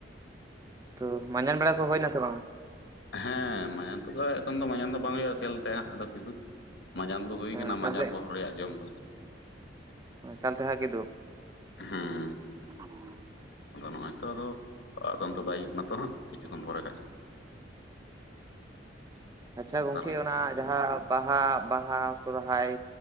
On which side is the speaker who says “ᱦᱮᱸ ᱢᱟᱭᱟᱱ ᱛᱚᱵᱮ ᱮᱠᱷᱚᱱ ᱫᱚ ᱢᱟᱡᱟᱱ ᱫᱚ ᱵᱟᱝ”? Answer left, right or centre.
Left